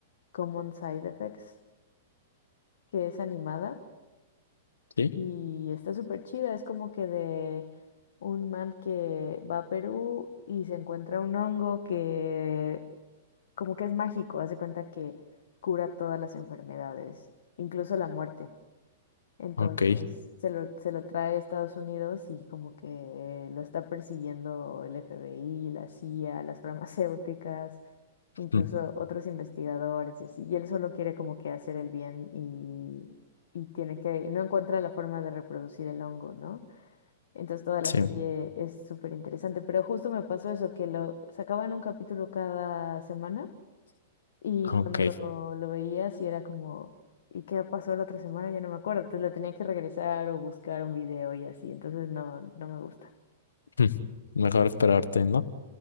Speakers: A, on the left (about 70°); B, on the left (about 85°).
A: Common Side Effects, que es animada
B: ¿Sí?
A: Y está súper chida, es como que de un man que va a Perú y se encuentra un hongo que como que es mágico, hace cuenta que cura todas las enfermedades, incluso la muerte. Entonces
B: Ok.
A: se lo, se lo trae a Estados Unidos y como que lo está persiguiendo el FBI, la CIA, las <laughs> farmacéuticas, incluso
B: Mm,
A: otros investigadores y así. Y él solo quiere como que hacer el bien y, y tiene que, y no encuentra la forma de reproducir el hongo, ¿no? Entonces toda la
B: Sí,
A: serie es súper interesante. Pero justo me pasó eso, que lo sacaban un capítulo cada semana y
B: ok.
A: cuando lo veía, sí era como, ¿y qué pasó la otra semana? Ya no me acuerdo. Entonces le tenía que regresar o buscar un video y así. Entonces no, no me gusta.
B: Mm, Mejor esperarte, ¿no?